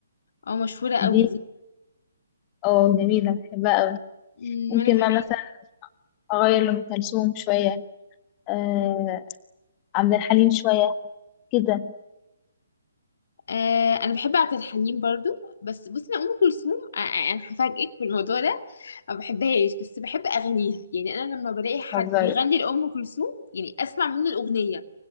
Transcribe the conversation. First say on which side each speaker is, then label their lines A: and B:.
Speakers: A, on the left; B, on the left.
A: او مشهوره قوي
B: دي
A: دي
B: اه جميله بحبها قوي
A: أمم،
B: ممكن
A: وانا كمان
B: بقى مثلا اغير لام كلثوم شويه آه عبد الحليم شويه كده
A: آه انا بحب عبد الحليم برضو بس بصي انا ام كلثوم آه، آه، انا هفاجئك بالموضوع ده ما بحبهاش بس بحب اغانيها يعني انا لما بلاقي
B: بتهزري
A: حد بيغني لام كلثوم يعني اسمع منه الاغنيه